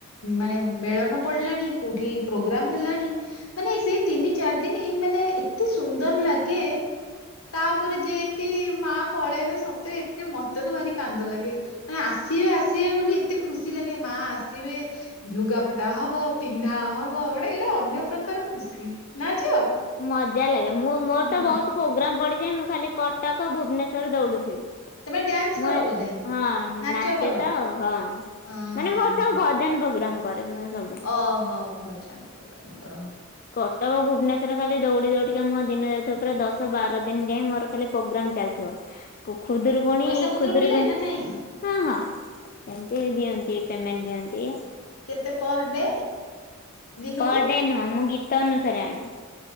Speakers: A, on the left; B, on the left.
A: ମାନେ ମେଳନ ପଡିଲାଣି କୋଉଠି ପ୍ରୋଗ୍ରାମ ହେଲାଣି। ମାନେ ସେଇ ତିନି ଚାରି ଦିନ ମାନେ ଏତେ ସୁନ୍ଦର ଲାଗେ ତାପରେ ଯେମିତି ମାଆ ପଳେଇବେ ସତରେ ଏତେ ମତେ ତ ଭାରି କାନ୍ଦ ଲାଗେ। ମାନେ ଆସିବେ ଆସିବେ ବୋଲି ଏତେ ଖୁସି ଲାଗେ ମାଆ ଆସିବେ ଲୁଗାପଟା ହବ ପିନ୍ଧା ହବ ଗୋଟେ ଏଟା ଅନ୍ୟ ପ୍ରକାର ଖୁସି ନା ଝିଅ।
B: ମଜା ଲାଗେ ମୁଁ ମୋର
A: ହଁ,
B: ତ ବୋହୁତ ପ୍ରୋଗ୍ରାମ ପଡିଯାଏ ମୁଁ ଖାଲି କଟକ ଭୁବନେଶ୍ଵର ଦୌଡୁଥିବି।
A: ତମେ ଡ୍ୟାନ୍ସ କର
B: ମୋ
A: ବୋଧେ
B: ହଁ
A: ନାଚ
B: ନାଚେ
A: କର
B: ତ ହଁ ମାନେ
A: ହଁ
B: ମୋର ସବୁ ଭ ଭଜନ ପ୍ରୋଗ୍ରାମ କରେ ମୁଁ ସବୁ।
A: ଓହୋ ଭଜନ ପ୍ରୋଗ୍ରାମ କର।
B: କଟକ ଭୁବନେଶ୍ ଶ୍ୱର ଖାଲି ଦୌଡ଼ି ଦୌଡିକା ମୋ ଦିନ ଯାଇଥିବ ପୁର ଦଶ ବାର ଦିନ ଯାଏଁ ମୋର ଖାଲି ପ୍ରୋଗ୍ରାମ ଚାଲଥିବ। କୁ ଖୁଦରୁ କୁଣି
A: ପଇସା ପତ୍ର
B: ଖୁଦରୁ
A: ମିଳେ
B: କୁଣ୍
A: ନା ନାଇଁ?
B: ହଁ ହଁ ସେମତି ଦିଅନ୍ତି ପେମେଣ୍ଟ୍ ଦିଅନ୍ତି।
A: କେତେ ପର୍ ଡେ ଦିନୁକୁ?
B: ପର ଡେ ନୁହଁ ମୁଁ ଗୀତ ଅନୁସାରେ ଆଣେ।